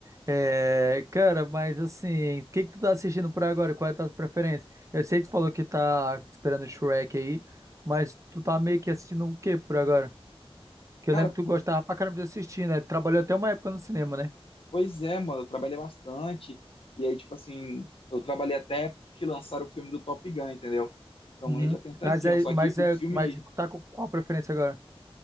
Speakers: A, on the right; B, on the left.
A: É, cara, mas assim, o que que tu tá assistindo por agora? Qual é a tua preferência? Eu sei que tu falou que tá esperando o Shrek aí, mas tu tá meio que assistindo o quê por agora? Que
B: Cara,
A: eu lembro
B: po-
A: que tu gostava pra caramba de assistir, né? Trabalhou até uma época no cinema, né?
B: pois é, mano, eu trabalhei bastante. E aí, tipo assim, eu trabalhei até a época que lançaram o filme do Top Gun, entendeu? Então
A: Uhum.
B: aí já tem um tempinho.
A: Mas é,
B: Só
A: mas
B: que o
A: é,
B: filme,
A: mas tá com qual preferência agora?